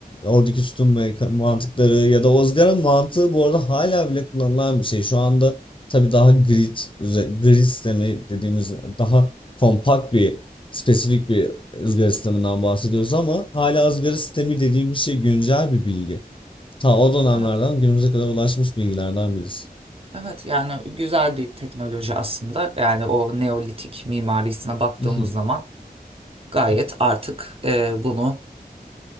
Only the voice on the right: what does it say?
Evet.
Evet yani güzel bir teknoloji aslında. Yani o neolitik mimarisine baktığımız
zaman gayet artık e, bunu